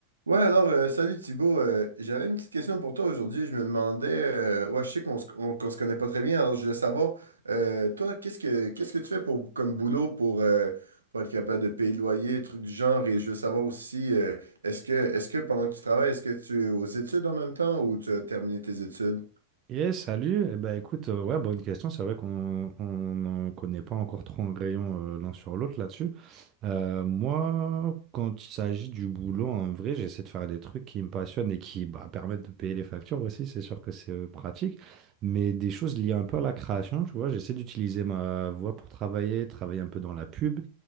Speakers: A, on the right; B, on the right.
A: Ouais, alors, euh, salut Thibaut. Euh, j'avais une petite question pour toi aujourd'hui. Je me demandais, euh, ouais, je sais qu'on se, on- qu'on se connaît pas très bien, alors je voulais savoir, euh, toi, qu'est-ce que qu'est-ce que tu fais pour comme boulot pour, euh, pour être capable de payer le loyer, trucs du genre, et je veux savoir aussi, euh, est-ce que est-ce que pendant que tu travailles, est-ce que tu es aux études en même temps ou tu as terminé tes études?
B: Et salut, eh ben, écoute, euh, ouais, bonne question. C'est vrai qu'on on n'en connaît pas encore trop en rayon euh, l'un sur l'autre là-dessus. Euh, moi, quand il s'agit du boulot, en vrai, j'essaie de faire des trucs qui me passionnent et qui bah, permettent de payer les factures aussi. C'est sûr que c'est euh, pratique, mais des choses liées un peu à la création, tu vois. J'essaie d'utiliser ma voix pour travailler, travailler un peu dans la pub.